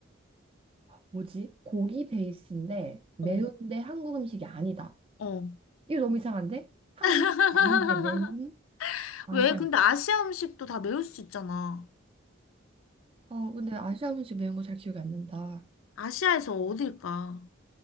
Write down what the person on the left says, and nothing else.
어,
어.
<laughs>
왜? 근데 아시아 음식도 다 매울 수 있잖아.
아시아에서 어딜까?